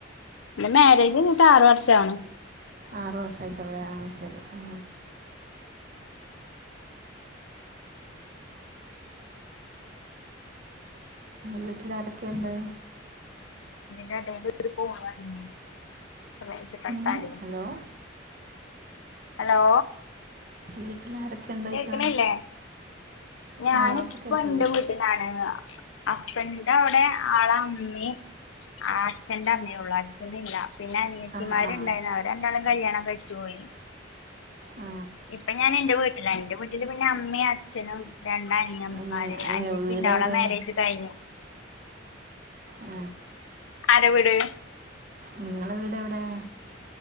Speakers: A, on the left (about 85°); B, on the right (about 45°).
A: എന്റെ മാരേജ് കഴിഞ്ഞിട്ട് ആറ് വർഷാവണ്
B: ആറുവർഷം ആയിട്ടൊള്ളു ആഹ് ശരി ആ. വീട്ടിൽ ആരെക്കെയ്ണ്ട്-
A: ഇതിൻ്റെ എടയില് <unintelligible>
B: ഉം, ഹലോ
A: <unintelligible> <unintelligible> ഹലോ-
B: വീട്ടിലാരൊക്കെയുണ്ട് ചോദിക്കുക
A: കേക്കണില്ലേ ഞാനിപ്പ
B: ആ അപ്പോൾ കേൾക്കുന്നുണ്ട്
A: ന്റെ വീട്ടിലാണ്- ഹസ്ബൻഡിന്റെ അവിടെ ആളാ അമ്മി- ആ അച്ഛന്റെ അമ്മേള്ളൂ അച്ഛനില്ലാ- പിന്നെ അനിയത്തിമാരിണ്ടാരുന്നു
B: ആ ആ
A: അവര് രണ്ടാളും കല്യാണം കഴിച്ചുപോയി-
B: ആ
A: ഇപ്പം ഞാനെൻ്റെ വീട്ടിലാ എന്റെ വീട്ടില് പിന്നെ അമ്മയേംഅച്ഛനും- രണ്ട് അനിയൻമാര്
B: ഇനി- ആ,
A: അനിയത്തീണ്ട്
B: വീട്
A: അവളെ
B: എവിടെ
A: മാരേജ് കഴിഞ്ഞു-
B: ആ,
A: ആരവീട്?
B: നിങ്ങളെ വീട് എവിടെ?